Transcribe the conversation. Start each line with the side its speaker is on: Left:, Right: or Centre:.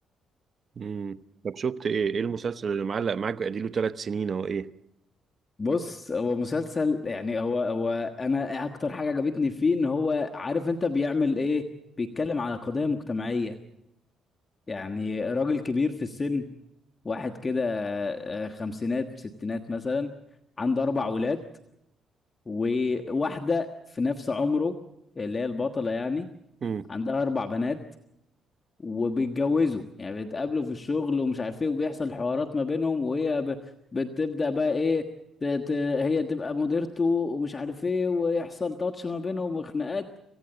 Right: امم طب شفت ايه ايه المسلسل اللي معلق معاك بقى ثلاث سنين او ايه
Left: بص هو مسلسل يعني هو هو انا اكتر حاجه عجبتني فيه ان هو عارف انت بيعمل ايه بيتكلم على قضايا مجتمعيه يعني راجل كبير في السن واحد كده آه، خمسينات ستينات مثلا عنده اربع ولاد وواحده في نفس عمره اللي هي البطله يعني
Right: امم
Left: عندها اربع بنات وبيتجوزوا يعني بيتقابلوا في الشغل ومش عارف ايه وبيحصل حوارات ما بينهم وهي ب... بتبدا بقى ايه ت... ت... هي تبقى مديرته ومش عارف ايه ويحصل تاتش ما بينهم وخناقات